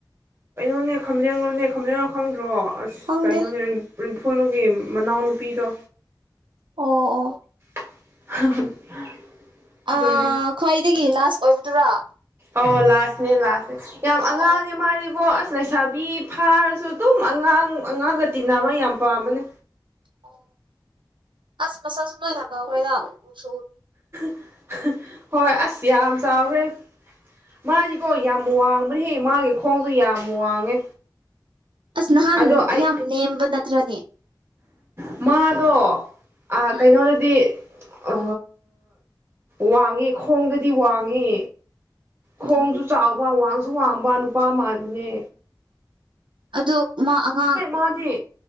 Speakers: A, on the right (about 30°); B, on the right (about 85°).
A: ꯈꯅꯦ ꯈꯝꯂꯦꯟ ꯂꯣꯅꯦ ꯈꯝꯂꯦꯟꯔꯣ ꯈꯪꯗ꯭ꯔꯣ ꯑꯁ
B: ꯈꯪꯗꯦ
A: ꯀꯩꯅꯣꯅꯦ ꯎꯔꯤꯝꯐꯨꯜꯒꯤ ꯃꯅꯥꯎꯅꯨꯄꯤꯗꯣ
B: ꯑꯣ ꯑ
A: <inaudible> ꯑꯗꯨꯅꯦ
B: ꯑ ꯈ꯭ꯋꯥꯏꯗꯒ ꯂ ꯑꯣꯏꯕꯗꯨꯔꯥ
A: ꯑꯣ ꯂꯥꯁꯅꯦ ꯂꯥꯁ ꯌꯥꯝ
B: ꯑꯣ
A: ꯑꯉꯥꯡꯅꯦ
B: ꯑꯣ
A: ꯃꯥꯔꯤꯕꯣ ꯑꯁ ꯂꯩꯁꯥꯕꯤ ꯐꯥꯔꯁꯨ ꯑꯗꯨꯝ ꯑꯉꯥꯡ ꯑꯉꯥꯡꯒ ꯇꯤꯟꯅꯕ ꯌꯥꯝ ꯄꯥꯝꯕꯅꯤ
B: ꯑꯣ ꯑꯁ ꯃꯁꯁꯨ ꯅ ꯊꯀ ꯐꯔ ꯌꯥ ꯁ
A: <inaudible> ꯍꯣꯏ ꯑꯁ ꯌꯥꯝ ꯆꯥꯎꯈ꯭ꯔꯦ ꯃꯥꯗꯤꯀꯣ ꯌꯥꯝ ꯋꯥꯡꯕꯍꯦ ꯃꯥꯒꯤ ꯈꯣꯡꯁꯨꯣ ꯌꯥꯝ ꯋꯥꯡꯉꯦ
B: ꯑꯁ ꯅꯍꯥꯟ
A: ꯑꯗꯣ ꯑꯩ
B: ꯌꯥꯝ ꯅꯦꯝꯕ ꯅ ꯇ꯭ꯔꯗꯤ
A: ꯃꯥꯗꯣ ꯑ
B: ꯎꯝ
A: ꯀꯩꯅꯣꯗꯗꯤ ꯑ ꯋꯥꯡꯉꯦ ꯈꯣꯡꯗꯗꯤ ꯋꯥꯡꯉꯦ ꯈꯣꯡꯁꯨ
B: ꯎꯝ
A: ꯆꯥꯎꯕ ꯋꯥꯡꯁꯨ ꯁ ꯋꯥꯡꯕ ꯅꯨꯄꯥ ꯃꯥꯒꯤꯅꯦ
B: ꯑꯗꯣ ꯃꯥ ꯑꯉꯥꯡ
A: ꯃꯥꯗꯤ